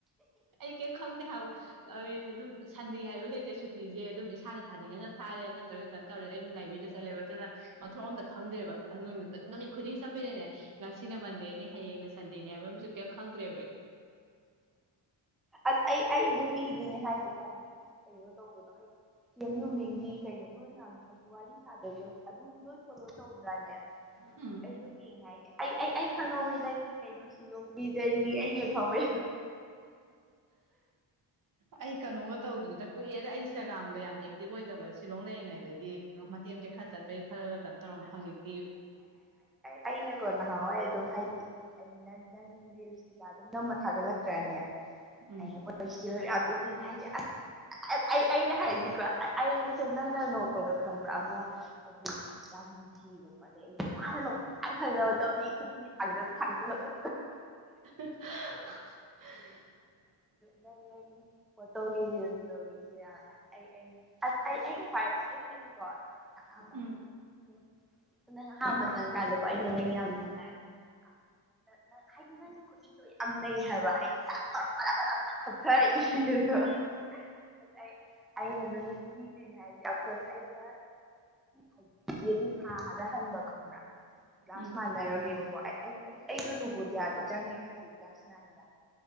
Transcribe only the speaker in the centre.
ꯑꯁ ꯑꯩ ꯑꯩ ꯑꯗꯨꯝ ꯃꯤꯗꯨꯅꯦ ꯍꯥꯏꯁꯦ ꯍꯥꯏꯗꯤ ꯀꯩꯅꯣ ꯇꯧꯕꯗꯣ ꯍꯥꯏꯗꯤ ꯀꯦꯝ ꯅꯨꯃꯤꯡꯒꯤ ꯀꯩꯅꯣ ꯅꯣꯏ ꯃꯌꯥꯝ ꯍꯥꯏꯗꯤ ꯋꯥꯔꯤ ꯁꯥꯗ꯭ꯔꯁꯨ ꯑꯗꯨꯝ ꯂꯣꯏ ꯐꯣꯂꯣ ꯇꯧꯗ꯭ꯔꯥꯅꯦ
ꯑꯩ ꯑꯗꯨꯝ ꯌꯦꯉꯦ ꯍꯥꯏꯁꯦ ꯑꯩ ꯑꯩ ꯑꯩ ꯈꯪꯍꯧꯋꯤ ꯅ ꯅꯪꯒꯤ ꯀꯩꯅꯣ ꯁꯤꯂꯣꯡꯒꯤ ꯖꯔꯅꯤ ꯑꯩ ꯌꯦꯡꯍꯧꯋꯦ
ꯑꯩꯅꯀꯣ ꯅꯍꯥꯟꯋꯥꯏ ꯑꯗꯨꯝ ꯍꯥꯏꯗꯤ ꯑ ꯅꯪ ꯅꯪ ꯔꯤꯜꯁ ꯀꯩꯀꯥ ꯑꯗꯨꯝ ꯅꯝꯃ ꯊꯥꯒꯠꯂꯛꯇ꯭ꯔꯅꯦ
ꯑꯩ ꯍꯣꯇꯦꯜ ꯆꯦꯑꯔ ꯌꯗꯔ꯭ꯗꯤ ꯍꯥꯏꯁꯦ ꯑꯁ ꯑꯩ ꯑꯩꯅ ꯍꯥꯏꯗꯤꯀꯣ ꯑꯩꯅ ꯁꯨꯝ ꯅꯪꯅ ꯅꯣꯛꯄꯗꯣ ꯈꯪꯕ꯭ꯔꯥ ꯑꯃ ꯌꯥꯝ ꯅꯨꯡꯁꯤꯕꯀꯣ ꯑꯗꯩ ꯑꯩꯅꯥ ꯃꯅꯥ ꯂꯧꯕꯥ ꯌꯥꯝ ꯐꯖꯕ ꯇꯧꯋꯤ ꯈꯨꯗꯤꯡꯒꯤ ꯊꯥꯡꯖꯜꯂ ꯎ
ꯅꯪ ꯅꯪ ꯐꯠꯇꯕꯒꯤ ꯔꯣꯟꯠ ꯀꯧꯔꯤꯒꯦ ꯑꯩ ꯑꯩ ꯑꯁ ꯑꯩ ꯑꯩ ꯈꯋꯥꯏ ꯑꯩ ꯑꯩꯀꯣ ꯑꯍꯥꯝꯕ
ꯍꯥꯏꯗꯤ ꯁꯨꯝ ꯅꯪ ꯑꯍꯥꯝꯕ ꯆꯪꯉꯀꯥꯟꯗꯀꯣ ꯑꯩꯅ ꯅꯪ ꯌꯥꯝ ꯅꯨꯡꯉꯥꯏ ꯍꯥꯏꯗꯤ ꯈꯪꯕ ꯑꯃ ꯍꯥꯏꯗꯤ ꯅꯪꯒꯤ ꯈꯨꯠꯏꯗꯣ ꯌꯥꯝ ꯅꯩ ꯍꯥꯏꯕ ꯍꯥꯏꯗꯤ ꯁꯠ ꯇꯧꯔꯥ ꯕꯗꯛ ꯕꯗꯛ ꯕꯗꯛ ꯈꯞꯊꯥꯔꯛꯏ ꯑ ꯑꯩ ꯑꯩꯅꯁꯨ ꯂꯤꯗ꯭ꯔꯤꯅꯦ ꯍꯥꯏꯁꯦ ꯑꯩꯈꯣꯏ ꯑꯩꯒ ꯍꯥꯏꯖꯤꯛꯀꯤ ꯊꯥꯗ ꯍꯟꯕ ꯈꯪꯕ꯭ꯔꯥ ꯀ꯭ꯂꯥꯁ
ꯃꯥꯟꯅꯔꯝꯃꯦꯕꯀꯣ ꯑꯩ ꯑꯩ ꯑꯩ ꯑꯩꯗꯣ ꯅꯣꯡꯚꯣꯗꯤꯌꯥꯗ ꯆꯪꯉꯦ ꯍꯥꯏꯁꯦ ꯀ꯭ꯂꯥꯁ ꯅꯥꯏꯟꯗ